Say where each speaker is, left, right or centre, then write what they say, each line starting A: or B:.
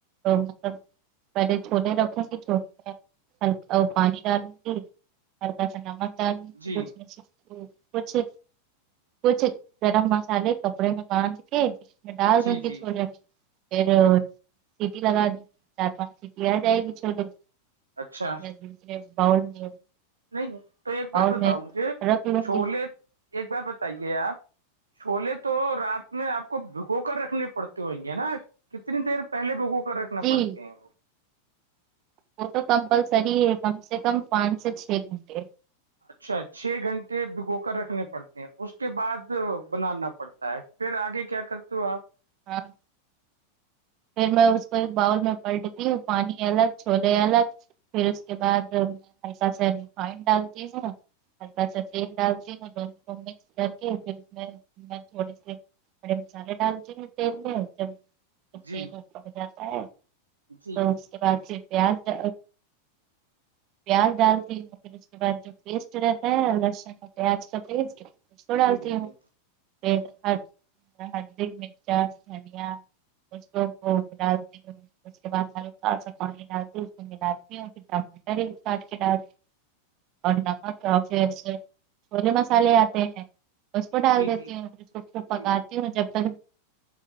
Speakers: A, on the right; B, on the right.
A: مطلب پہلے چھولے رکھیں گی چھولے میں ہلکا وہ پانی ڈالیو گی ہلکا سا نمک ڈالوگی
B: جی
A: کچھ کچھ گرم مسالے کپڑے میں بانھد کے ڈال
B: جی
A: دونگی
B: جی
A: چھوولے پھر سیٹی لگا دی چار پانچ سیٹی آ جائے گی چھولے میں
B: اچھا
A: دوسرے با میں
B: نہیں تو ایک بار
A: باؤل
B: بتاؤ
A: میں
B: مجھے
A: رکھ لوں
B: چھولے
A: گی
B: ایک بار بتائیے آپ چھولے تو رات میں آپ کو بھگو کر رکھنے پڑتے ہویں گے نا کتنی دیر پہلے بوگو کر رکھنا
A: جی
B: پڑتے ہیں
A: وہ تو کمپلسری ہے کم سے کم پانچ سے چھ گھنٹے
B: اچھا چھ گھنٹے بھگو کر رکھنے پڑتے ہیں اس کے بعد بنانا پڑتا ہے پھر آگے کیا کرتے ہو آپ
A: ہاں پھر میں اس کو ایک باؤل میں پٹتی ہوں پانی الگ چھولے الگ پھر اس کے بعد پسہ سے ریفائن ڈالتی ہے نا ہلکا س تیل ڈالتی ہوں دونوں کو مکس کر کے پھر اس میں میں تھوڑی سےی بڑے مسالے ڈالتے ہیں تیل میں جب جب
B: جی
A: تیل میں پڑ جاتا ہے
B: جی
A: تو کے بعد پھر پیاز پیاز ڈالتی ہوں اس کے بعد جو پیسٹ رہتا ہے لہسن پیاز کا پیسٹ و ڈالتی
B: جی جی
A: ہوں
B: جی جی
A: پ ہلدی میں پیاز دھنیا کچھ لوگ اسونف کو ڈالتی ہوں اس کے بعد آلو سال سا پانی ڈالتی اس میں ملاتی اور پھر ٹماٹر ہی کاٹ کے ڈالتی اور نمک اور پھر سے چھولے مسالے آتے ہیں اس کو ڈال
B: جی
A: دیتی
B: جی
A: ہوں پھر کو کو پکاتی
B: جی
A: ہوں جب تک